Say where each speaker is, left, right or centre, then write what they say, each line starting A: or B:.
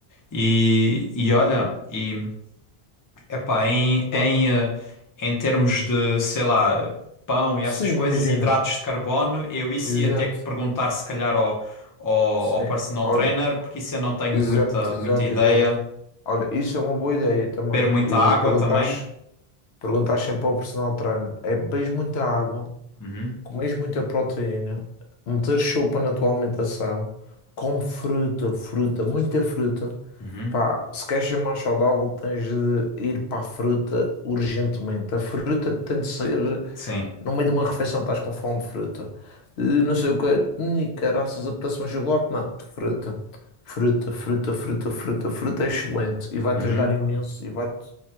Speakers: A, on the left; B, on the left.
A: E, e olha, e Epá, em,
B: Ok.
A: em, eh, em termos de, sei lá, pão e essas
B: Sim,
A: coisas,
B: imagina.
A: hidratos de carbono, eu isso
B: Exato.
A: ia ter que perguntar se calhar ao, ao,
B: Sim.
A: ao personal
B: Olha,
A: trainer, porque isso eu não tenho
B: Exato,
A: muita,
B: exato,
A: muita ideia.
B: exato. Olha, isso é uma boa ideia também.
A: Beber muita
B: E
A: água
B: perguntares,
A: também.
B: perguntares sempre ao personal trainer, é, bebes muita água?
A: Uhum,
B: Comes muita proteína, meter sopa na tua alimentação, come fruta, fruta, muita fruta.
A: uhum,
B: Pá, se queres ser mais saudável, tens de ir para a fruta urgentemente. A fruta tem de ser
A: sim,
B: no meio de uma refeição, estás com fome, fruta. Eh, Não sei o que, ni caraças, apetece um chocolate? Não, fruta. Fruta, fruta, fruta, fruta, fruta é excelente e vai-te
A: uhum,
B: ajudar imenso e vai-te,